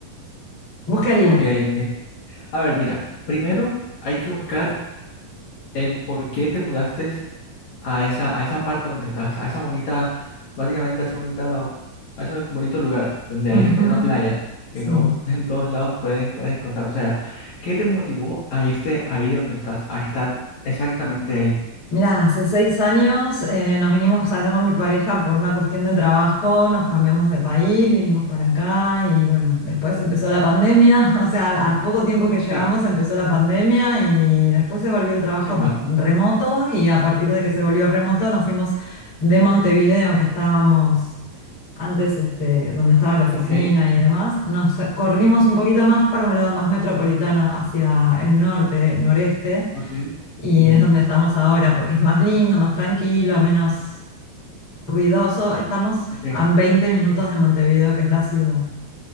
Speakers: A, on the left; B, on the left.
A: ¿Vos qué harías?
B: Ok, ok. A ver, mira, primero hay que buscar el por qué te mudaste a esa, a esa parte donde estás, a esa bonita, básicamente a ese bonita, a ese bonito lugar, donde
A: <laughs> Ujú,
B: hay hasta una playa que
A: Sí.
B: no <laughs> en todos lados pueden, puedes encontrar. O sea, ¿qué te motivó a irte ahí donde estás, a estar exactamente ahí?
A: Mira, hace seis años eh, nos vinimos acá con mi pareja por una cuestión de trabajo, nos cambiamos de país, vinimos para acá y bueno, después empezó la pandemia, <laughs> o sea, al- a poco tiempo que llegamos
B: Claro,
A: empezó la pandemia y después se volvió el trabajo
B: qué mal.
A: remoto y a partir de que se volvió remoto nos fuimos de Montevideo, que estábamos antes, este, donde estaba la oficina
B: Ok.
A: y demás, nos corrimos un poquito más para un lado más metropolitano, hacia el norte, noreste
B: Ok,
A: y
B: sí,
A: es donde estamos ahora, porque es más lindo, más tranquilo, menos ruidoso. Estamos
B: ok,
A: a 20 minutos de Montevideo, que es la ciudad.